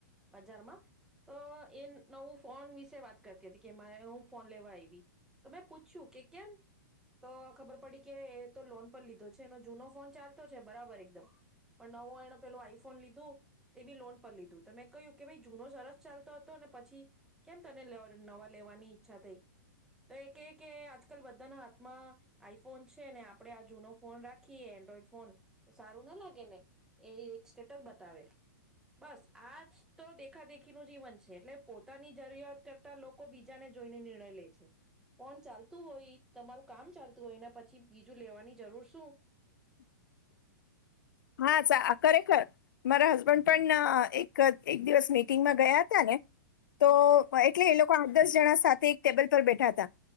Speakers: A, in the centre; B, on the left.
A: બજારમાં તો એ નવું ફોન વિશે વાત કરતી હતી કે મારે હું ફોન લેવા આવી તો મેં પૂછ્યું કે કેમ તો ખબર પડી કે એ તો લોન પર લીધો છે એનો જૂનો ફોન ચાલતો છે બરાબર એકદમ પણ નવો એનો પેલું આઈફોન લીધું તે બી લોન પર લીધું તો મે કહ્યું કે ભાઈ જૂનો સરસ ચાલતો હતો ને પછી કેમ તને નવા લેવાની ઈચ્છા થઈ તો એ કે કે આજકાલ બધાના હાથમાં આઈફોન છે ને આપણે આ જૂનો ફોન રાખીએ એન્ડ્રોઈડ ફોન તો સારું ના લાગે ને એ એક સ્ટેટસ બતાવે બસ આ જ તો દેખા દેખીનું જીવન છે એટલે પોતાની જરૂરિયાત કરતા લોકો બીજાને જોઈને નિર્ણય લે છે ફોન ચાલતું હોય તમારું કામ ચાલતું હોય ને પછી બીજું લેવાની જરૂર શું
B: <inaudible> હા સા અ ખરેખર મારા હસબન્ડ પણ એક એક દિવસ મે મિટિંગ મા ગયા તા ને તો વાઈ એટલે એ લોકો આઠ દસ જણા સાથે એક ટેબલ પર બેઠા હતા